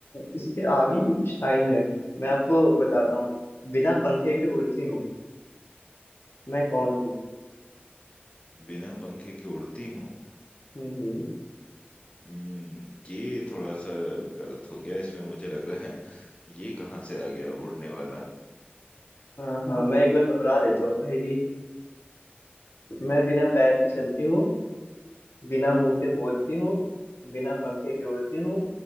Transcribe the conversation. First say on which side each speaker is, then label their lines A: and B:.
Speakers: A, on the left; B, on the left.
A: इसके आगे भी कुछ लाइन है मैं आपको बताता हूँ बिना पंखे के उड़ती हूँ मैं कौन हूँ
B: बिना पंखे के उड़ती हूँ
A: हम्म हम्म,
B: हम्म, ये थोड़ा सा गलत हो गया इसमें मुझे लग रहा है ये कहाँ से आ गया उड़ने वाला
A: हाँ हाँ मैं एक बार दोहरा देता हूँ पहली मैं बिना पैर के चलती हूँ बिना मुंह के बोलती हूँ बिना पंखे के उड़ती हूँ